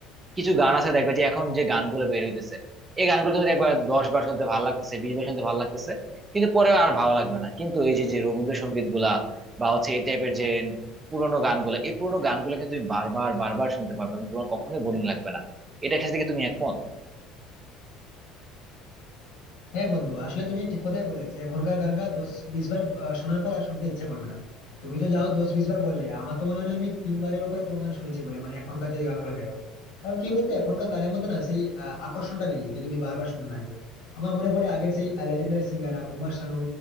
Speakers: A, on the right; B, on the left.
A: কিছু গান আছে দেখবে যে এখন যে গানগুলো বের হইতেছে এই গানগুলো তুমি দেখবে দশ বার শুনতে ভালো লাগতেছে বিশ বার শুনতে ভালো লাগতেছে কিন্তু পরে আর ভালো লাগবে না কিন্তু এই যে যে রবীন্দ্রসঙ্গীত গুলা বা হচ্ছে এই টাইপের যে পুরোনো গানগুলো এই পুরোনো গানগুলো কিন্তু তুমি বারবার বারবার শুনতে পারবে কিন্তু তোমার কখনোই বোরিং লাগবে না এটা ক্ষেত্রে কি তুমি একমত
B: হ্যাঁ বন্ধু আসলে তুমি ঠিক কথাই বলে যে এখনকার গান গা দশ বিশ বার আহ, শোনার পর আর শুনতে ইচ্ছা করবে না তুমি তো যাও দশ বিশ বার বললে আমার তো মনে হয় না আমি তিনবারের উপরে কোনো গান শুনেছি বলে মানে এখনকার যে গানগুলো বেরোয় কারণ কি বলতো এখনকার গানের মতো না সেই আহ, আকর্ষণটা নেই যে তুমি বারবার শুনতে থাকবে আমার মনে পড়ে আগের সেই লেজেন্ডারি সিঙ্গাররা কুমার শানু